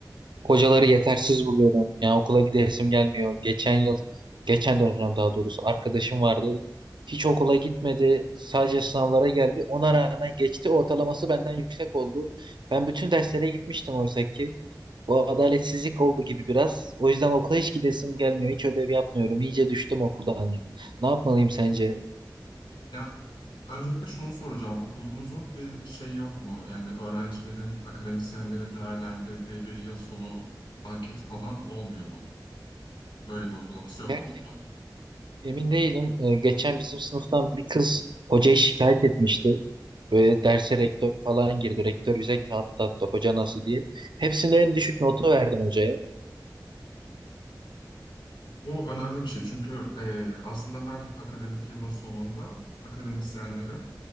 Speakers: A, on the right; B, on the left.
A: hocaları yetersiz buluyorum. Yani okula gidesim gelmiyor. Geçen yıl, geçen dönem daha doğrusu arkadaşım vardı. Hiç okula gitmedi. Sadece sınavlara geldi. Ona rağmen geçti. Ortalaması benden yüksek oldu. Ben bütün derslere gitmiştim oysa ki. Bu adaletsizlik oldu gibi biraz. O yüzden okula hiç gidesim gelmiyor. Hiç ödev yapmıyorum. İyice düştüm okuldan ya. Ne yapmalıyım sence?
B: Ya öncelikle şunu soracağım. Okulunuzun bir şey yok mu? Yani öğrencilerin akademisyenleri değerlendirdiği bir yıl sonu anketi falan olmuyor mu? Böyle bir uygulaması yok
A: Gerçekten.
B: mu okulda?
A: Emin değilim. Ee, geçen bizim sınıftan bir kız hocayı şikayet etmişti. Böyle derse rektör falan girdi. Rektör bize kağıt dağıttı hoca nasıl diye. Hepsinde en düşük notu verdim hocaya.
B: Bu önemli bir şey çünkü e, aslında her akademik yılın sonunda akademisyenlere